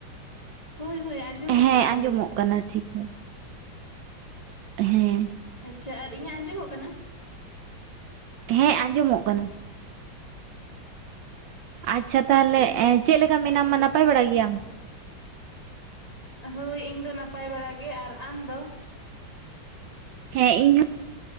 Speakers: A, on the left; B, on the right.
A: ᱦᱳᱭ ᱦᱚᱭ ᱟᱸᱢᱚᱢ
B: ᱦᱮᱸ
A: ᱠᱟᱱᱟ ᱟᱸᱡᱚᱢᱚᱜ ᱠᱟᱱᱟ ᱟᱸᱡᱚᱢᱚᱜ
B: ᱴᱷᱤᱠ ᱴᱷᱟᱠ ᱦᱮᱸ
A: ᱠᱟᱱᱟ᱾ ᱟᱪᱪᱷᱟ ᱟᱨ ᱤᱧᱟᱹᱜ ᱟᱸᱡᱚᱢᱚᱜ ᱠᱟᱱᱟ?
B: ᱦᱮᱸ ᱟᱸᱡᱚᱢᱚᱜ ᱠᱟᱱᱟ᱾ ᱟᱪᱪᱷᱟ ᱛᱟᱦᱚᱞᱮ ᱪᱮᱜ ᱞᱮᱠᱟ ᱢᱮᱱᱟᱢᱟ
A: ᱦᱮᱸᱛᱚ
B: ᱱᱟᱯᱟᱭ ᱵᱟᱲᱟ ᱜᱮᱭᱟᱢ?
A: ᱦᱳᱭ ᱤᱧ ᱫᱚ ᱱᱟᱯᱟᱭ ᱵᱟᱲᱟ ᱜᱮ᱾ ᱟᱨ ᱟᱢ ᱫᱚ?
B: ᱦᱮᱸ ᱤᱧ ᱦᱚᱸ᱾